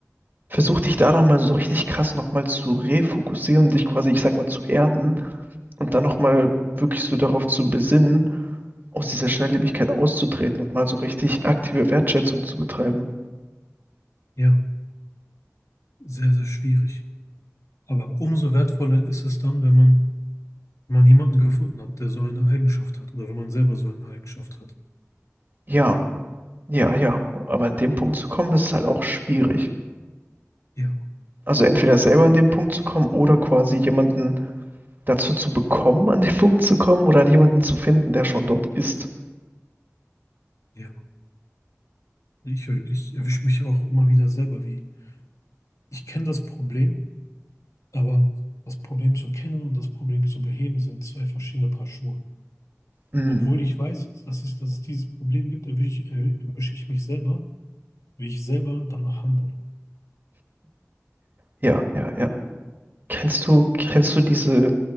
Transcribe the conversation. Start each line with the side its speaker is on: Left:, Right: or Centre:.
Right: versuch dich daran mal so richtig krass nochmal zu refokussieren, dich quasi, ich sag mal, zu erden und dann nochmal wirklich so darauf zu besinnen, aus dieser Schnelllebigkeit auszutreten und mal so richtig aktive Wertschätzung zu betreiben.
Left: ja. Sehr, sehr schwierig. Aber umso wertvoller ist es dann, wenn man, wenn man jemanden gefunden hat, der so eine Eigenschaft hat. Oder wenn man selber so eine Eigenschaft hat.
Right: Ja, ja, ja, aber an dem Punkt zu kommen, ist halt auch schwierig.
Left: Ja,
Right: Also entweder selber an den Punkt zu kommen oder quasi jemanden dazu zu bekommen, an den <laughs> Punkt zu kommen oder an jemanden zu finden, der schon dort ist.
Left: ja. Ich, ich erwische mich auch immer wieder selber, wie ich kenne das Problem, aber das Problem zu kennen und das Problem zu beheben sind zwei verschiedene Paar Schuhe.
Right: Hm.
Left: Obwohl ich weiß, dass es, dass es dieses Problem gibt, erwische ich, erwische ich mich selber, wie ich selber danach handle.
Right: Ja, ja, ja. Kennst du, kennst du diese,